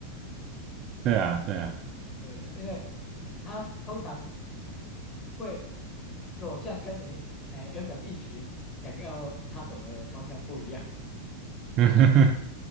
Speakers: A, on the right (about 35°); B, on the left (about 30°).
A: 对啊，对啊，
B: 对，因为他通常会走向跟你呃原本预期的想要他走的方向不一样，
A: <laughs>